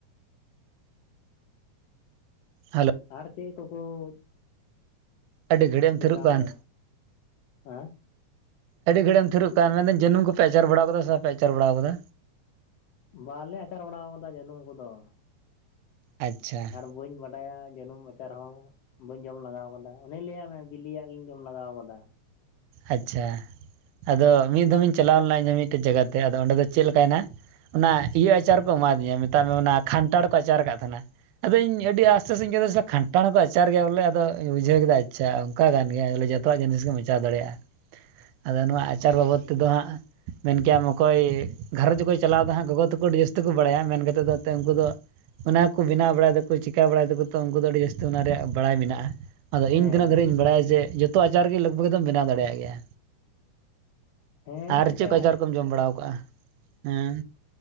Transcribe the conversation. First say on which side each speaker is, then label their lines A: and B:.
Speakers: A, on the right; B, on the left.
A: ᱦᱮᱞᱳ
B: ᱟᱨ ᱪᱮᱫ ᱠᱚᱠᱚᱡ
A: ᱟᱹᱰᱤ ᱜᱷᱟᱹᱲᱤᱡ ᱮᱢ
B: ᱵᱮᱱᱟᱣ
A: ᱛᱷᱤᱨᱚᱜ ᱠᱟᱱ
B: ᱵᱟᱲᱟᱭᱟ ᱟᱸ
A: ᱟᱹᱰᱤ ᱜᱷᱟᱹᱲᱤᱡ ᱮᱢ ᱛᱷᱤᱨᱚᱜ ᱠᱟᱱ ᱢᱮᱱ ᱫᱟᱹᱧ ᱡᱟᱹᱱᱩᱢ ᱠᱚᱯᱮ ᱟᱪᱟᱨ ᱵᱟᱲᱟᱣ ᱠᱟᱫᱟ ᱥᱮ ᱵᱟᱯᱮ ᱟᱪᱟᱨ ᱵᱟᱲᱟᱣ ᱠᱟᱫᱟ᱾
B: ᱵᱟᱞᱮ ᱟᱪᱟᱨ ᱵᱟᱲᱟᱣ ᱠᱟᱫᱟ ᱡᱟᱹᱱᱩᱢ ᱠᱚᱫᱚ ᱾
A: ᱟᱪᱪᱷᱟ ᱾
B: ᱵᱟᱹᱧ ᱵᱟᱰᱟᱭᱟ ᱡᱟᱹᱱᱩᱢ ᱟᱪᱟᱨ ᱦᱚᱸ ᱾ ᱵᱟᱹᱧ ᱡᱚᱢ ᱞᱟᱜᱟᱣ ᱠᱟᱫᱟ ᱚᱱᱮᱧ ᱞᱟᱹᱭᱟᱜ ᱢᱮ ᱵᱤᱞᱤᱭᱟᱜ ᱜᱤᱧ ᱡᱚᱢ ᱞᱟᱜᱟᱣ ᱠᱟᱫᱟ᱾
A: ᱟᱪᱪᱷᱟ ᱟᱫᱚ ᱢᱤᱫ ᱫᱚᱢᱤᱧ ᱪᱟᱞᱟᱣ ᱞᱮᱱᱟ ᱤᱧᱦᱚᱸ ᱢᱤᱫ ᱴᱮᱡ ᱡᱟᱜᱟᱛᱮ ᱟᱫᱚ ᱚᱸᱰᱮ ᱫᱚ ᱪᱮᱫ ᱞᱮᱠᱟᱭᱮᱱᱟ ᱚᱱᱟ ᱤᱭᱟᱹ ᱟᱪᱟᱨ ᱠᱚ ᱮᱢᱟ ᱫᱤᱧᱟᱹ ᱢᱮᱛᱟᱜ ᱢᱮ ᱚᱱᱟ ᱠᱷᱟᱱᱴᱟᱲ ᱠᱚ ᱟᱪᱟᱨ ᱠᱟᱫ ᱛᱟᱦᱮᱱᱟ᱾ ᱟᱫᱚ ᱤᱧ ᱟᱹᱰᱤ ᱟᱯᱷᱥᱚᱥ ᱤᱧ ᱟᱹᱭᱠᱟᱹᱣ ᱫᱟ ᱥᱟᱞᱟ ᱠᱷᱟᱱᱴᱟᱲ ᱦᱚᱸᱠᱚ ᱟᱪᱟᱨ ᱜᱮᱭᱟ ᱵᱚᱞᱮ ᱟᱫᱚᱧ ᱵᱩᱡᱷᱟᱹᱣ ᱠᱮᱫᱟ᱾ ᱟᱪᱪᱷᱟ ᱚᱱᱠᱟ ᱠᱟᱱ ᱜᱮᱭᱟ ᱦᱮᱸ ᱵᱚᱞᱮ ᱡᱚ ᱡᱚᱛᱚᱣᱟᱜ ᱡᱤᱱᱤᱥ ᱜᱮᱢ ᱟᱪᱟᱨ ᱫᱟᱲᱮᱭᱟᱜᱼᱟ ᱟᱫᱚ ᱱᱚᱣᱟ ᱟᱪᱟᱨ ᱵᱟᱵᱚᱫᱽ ᱛᱮᱫᱚ ᱦᱟᱸᱜ ᱢᱮᱱ ᱠᱮᱭᱟᱢ ᱚᱠᱚᱭ ᱜᱷᱟᱨᱚᱸᱡᱽ ᱚᱠᱚᱭ ᱪᱟᱞᱟᱣᱫᱟ ᱦᱟᱸᱜ ᱜᱚᱜᱚ ᱛᱟᱠᱚ ᱟᱹᱰᱤ ᱡᱟᱹᱥᱛᱤ ᱠᱚ ᱵᱟᱲᱟᱭᱟ ᱢᱮᱱ ᱠᱟᱛᱮᱫ ᱫᱚ ᱮᱱᱛᱮ ᱩᱱᱠᱩ ᱫᱚ ᱚᱱᱟ ᱠᱚ ᱵᱮᱱᱟᱣ ᱵᱟᱲᱟᱭ ᱫᱟᱠᱚ ᱪᱤᱠᱟᱹ ᱵᱟᱲᱟᱭ ᱫᱟᱠᱚ ᱛᱚ ᱩᱱᱠᱩ ᱫᱚ ᱟᱹᱰᱤ ᱡᱟᱹᱥᱛᱤ ᱚᱱᱟ ᱨᱮᱭᱟᱜ ᱵᱟᱲᱟᱭ ᱢᱮᱱᱟᱜᱼᱟ᱾ ᱟᱫᱚ
B: ᱦᱮᱸ
A: ᱤᱧ ᱛᱤᱱᱟᱹᱜ ᱫᱷᱟᱹᱨᱤᱡ ᱤᱧ ᱵᱟᱲᱟᱭᱟ ᱡᱮ ᱡᱚᱛᱚ ᱟᱪᱟᱨ ᱜᱮ ᱞᱟᱹᱜᱽ ᱵᱷᱟᱹᱜᱽ ᱫᱚᱢ ᱵᱮᱱᱟᱣ ᱫᱟᱲᱮᱭᱟᱜ ᱜᱮᱭᱟ᱾
B: ᱦᱮᱸ
A: ᱟᱨ
B: ᱮᱱᱛᱮᱫ
A: ᱪᱮᱫ ᱠᱚ ᱟᱪᱟᱨ ᱠᱚᱢ ᱡᱚᱢ ᱵᱟᱲᱟᱣ ᱠᱟᱜᱼᱟ? ᱦᱮᱸ